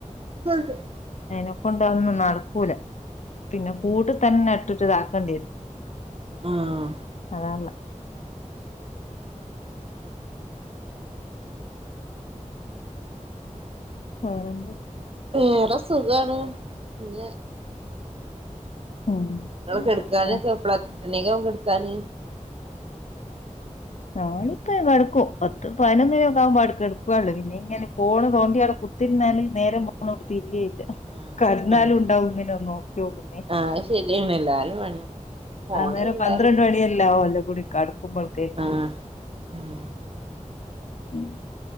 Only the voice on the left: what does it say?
അയ്നെക്കൊണ്ട് അതൊന്നും നടക്കൂല പിന്നെ കൂട്ട് തന്നെ ഇട്ടിട്ട് ഇതാക്കേണ്ട്യരു
അതാള്ളെ <unintelligible>
ഉം
അങ്ങനെ
പോണല്ലേ
നാളിപ്പ കെടുക്കും പത്ത് പയ്നൊന്നണിക്ക ആഉമ്പോ കെടക്കോടെ പിന്നെ ഇങ്ങനെ ഫോണ് തോണ്ടിയട കു ത്തിന്നാല് നേരെ പോന്നോട് തിരികേയില്ല
കെടന്നാലുണ്ടാഉം
ങ്ങനെ നോക്ക്യോക്ക്ന്നെ
അന്നേരം
പന്ത്രണ്ട്
മണിയല്ലാവും എല്ലാം കൂടി കടക്കുമ്പോൾതേക്ക്.
ഉം